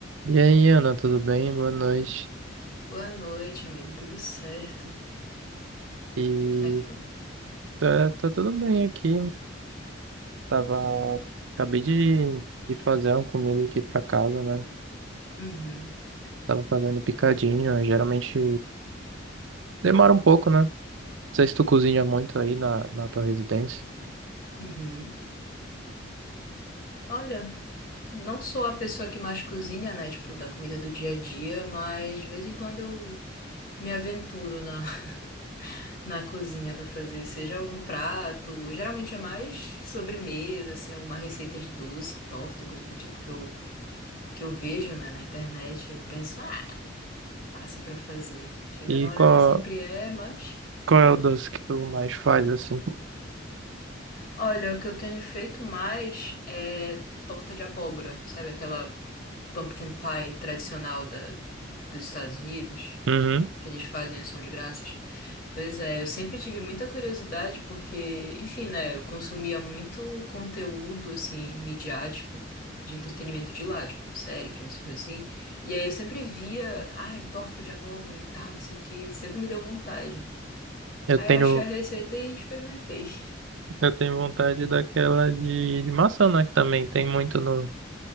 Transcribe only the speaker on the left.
Boa noite, amigo. Tudo certo?
Como é que foi?
Uhum,
uhum. Olha, não sou a pessoa que mais cozinha, né? Tipo, da comida do dia a dia, mas de vez em quando eu me aventuro na, <laughs> na cozinha pra fazer, seja algum prato. Geralmente é mais sobremesa, assim, alguma receita de doce, torta, coisa do tipo que eu, que eu vejo, né, na internet. Eu penso, ah, fácil pra fazer. Chega
na hora
nem sempre é, mas.
Olha, o que eu tenho feito mais é torta de abóbora, sabe? Aquela pumpkin pie tradicional da, dos Estados Unidos,
que eles fazem ação de graças. Pois é, eu sempre tive muita curiosidade porque, enfim, né, eu consumia muito conteúdo, assim, midiático, de entretenimento de lá, tipo, série, filmes, coisas assim. E aí eu sempre via, ai, torta de abóbora e tal, não sei o quê, sempre me deu vontade.
Aí
eu achei a receita e experimentei. <laughs>